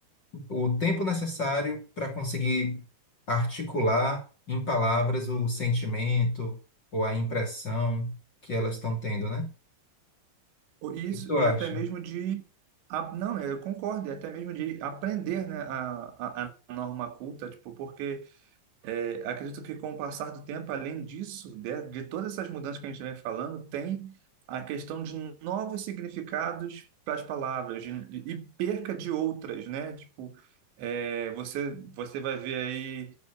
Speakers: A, on the left (about 30°); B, on the right (about 80°).
A: o tempo necessário para conseguir articular em palavras o sentimento ou a impressão que elas estão tendo, né?
B: O-
A: O
B: Isso,
A: que tu acha?
B: e até mesmo de. a- não, eu concordo, e até mesmo de aprender, né, a, a, a norma culta, tipo, porque é, acredito que com o passar do tempo, além disso, de, de todas essas mudanças que a gente vem falando, tem a questão de novos significados para as palavras de- e perca de outras, né? Tipo, é, você, você vai ver aí